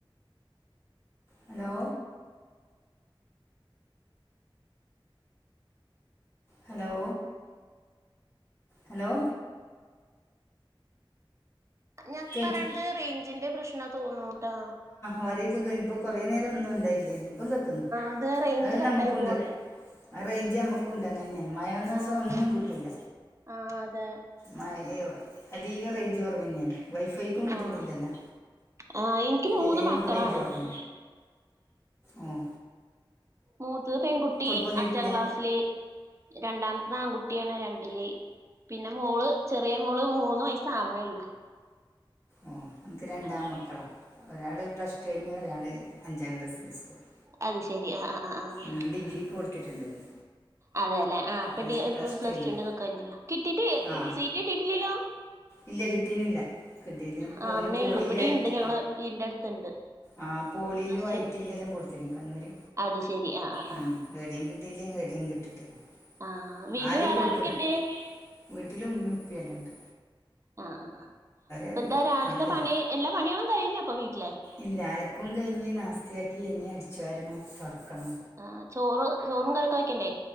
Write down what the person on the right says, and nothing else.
ഞാൻ
പറയ്ണത് റേയ്ഞ്ചിന്റെ പ്രശ്ന തോന്നൂട്ടാ.
അത് റേഞ്ച്
കട്ടായി
പോണതും
ആഹ്
ആഹ് അതെ
ആഹ് ആഹ് എനിക്ക് മൂന്ന്
മക്കളാണ്
മൂത്തത് പെൺകുട്ടി
അഞ്ചാംക്ലാസ്സില്. രണ്ടാമത്തെത് ആൺകുട്ടിയാണ് രണ്ടില്. പിന്നെ മോള് ചെറിയെ മോള് മൂന്ന് വയസ്സ് ആവ്ണേള്ളു.
അത് ശെരി ആഹ് ആഹ് ആഹ് ആഹ്
അതെലേ ആ ഇപ്പൊ
ഡി
പ്ല പ്ല
ടുവിന്റെതൊക്കെ കയ്ഞ്ഞല്ലോ? കിട്ടീട്ട്
സീറ്റ് കിട്ടിട്ടില്ലല്ലോ?
ആവണേള്ളൂ
ഇവിടെണ്ട്
ഞങ്ങളെ വീടിന്റെ അടുത്തുണ്ട്
പ്ലസ് ടു
കഴിഞ്ഞ്
അത് ശെരി ആഹ് ആഹ്
ആഹ്
ആഹ് വീട്ടില്
വേറെ
ആരൊക്കെണ്ട്
ആഹ്, ആഹ് ഇപ്പൊന്താ
രാവിലത്തെ
പണി എല്ലാ പണികളും കഴിഞ്ഞപ്പൊ വീട്ടില്?
ആഹ് ചോറ് ചോറും കറിയൊക്കെ വെക്കണ്ടേ?